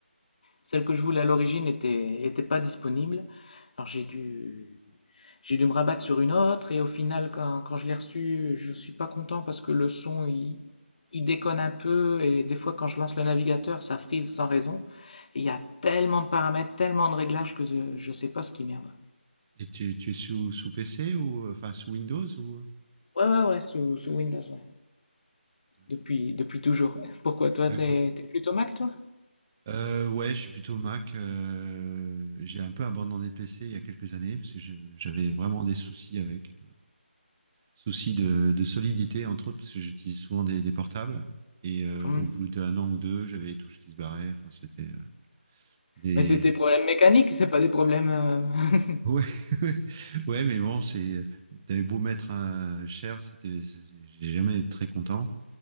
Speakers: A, on the left; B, on the right.
A: Celle que je voulais à l'origine était, était pas disponible. Alors j'ai dû, j'ai dû me rabattre sur une autre et au final, quand, quand je l'ai reçue, je suis pas content parce que le son, il, il déconne un peu et des fois quand je lance le navigateur, ça frise sans raison. Et il y a tellement de paramètres, tellement de réglages que je, je sais pas ce qui merde.
B: Et tu, tu es sous, sous PC ou enfin sous Windows ou.
A: Ouais, ouais, ouais, sous, sous Windows, ouais.
B: Ouais.
A: Depuis, depuis toujours. <laughs> Pourquoi toi,
B: D'accord.
A: t'es t'es plutôt Mac, toi?
B: Euh, ouais, je suis plutôt Mac. euh, j'ai un peu abandonné PC il y a quelques années parce que je- j'avais vraiment des soucis avec. Soucis de, de solidité, entre autres, parce que j'utilise souvent des, des portables. Et euh,
A: Hmm.
B: au bout d'un an ou deux, j'avais les touches qui se barraient. Enfin, c'était euh, les.
A: Mais c'est des problèmes mécaniques, c'est pas des problèmes. euh,
B: Ouais, <laughs> ouais, mais bon, c'est. T'avais beau mettre un cher, c'était. c'est- J'ai jamais été très content.